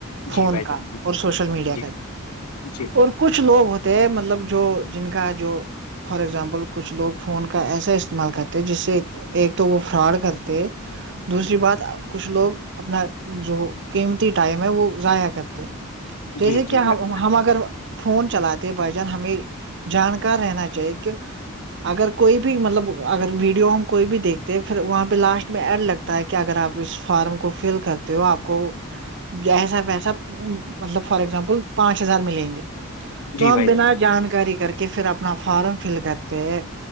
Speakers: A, on the left; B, on the right.
A: جی
B: فون
A: بھائی
B: کا
A: جان جی
B: اور سوشل میڈیا
A: جی
B: کا
A: جی
B: اور کچھ لوگ ہوتے مطلب جو جن کا جو فار اگزامپل کچھ لوگ فون کا ایسا استعمال کرتے جس سے ایک تو وہ فراڈ کرتے دوسری بات کچھ لوگ اپنا جو قیمتی ٹائم ہے وہ ضائع کرتے جیسے
A: جی جی
B: کہ
A: بھائی جان
B: ہم اگر فون چلاتے بائی جان ہمیں جانکار رہنا چاہیے کہ اگر کوئی بھی مطلب اگر ویڈیو ہم کوئی بھی دیکھتے ہیں پھر وہاں پہ لاسٹ میں ایڈ لگتا ہے کہ اگر آپ اس فارم کو فل کرتے ہو آپ کو جسا ویسا مطلب فار ایگزامپل پانچ ہزار ملیں گے تو
A: جی بھائی
B: ہم بنا
A: جان
B: جانکاری کر کے پھر اپنا فارم فل کرتے ہیں